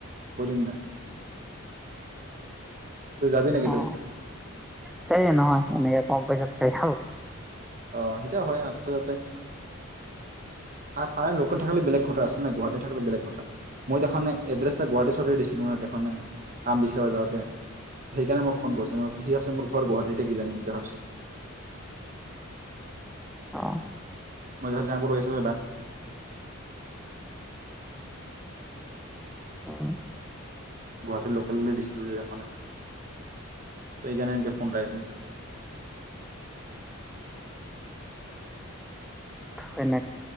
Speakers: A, on the right; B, in the centre.
A: কৈ দিম না তই যাবি নেকি তই?
B: অ সেয়ে নহয় এনেকে কম পইচাত খাই যায়
A: অ সেইটোয়া হয় আৰু তই তাৰ লোকেল থাকিলে বেলেগ কথা আছিল না গুৱাহাটী থাকে বেলেগ কথা মই দেখে এড্ৰেছ এটা গুৱাহীৰ ৰতে দিছিলো ন তেখনে কাম বিচাৰি যাওঁতে সেইকাৰণে মোক ফোন কৰিছে মই সি ভাবিছ মোৰ ঘৰ গুৱাহাটীতে কিজানি সেনেকে ভাবছে
B: অ',
A: মই য'ত কাম কৰিব আহিছো
B: উম
A: গুৱাহাটীৰ লোকেল বুলি দিছিলো যে এখনে ত এইকাৰণে এনকে ফোনটা আহিছিল
B: হয়নে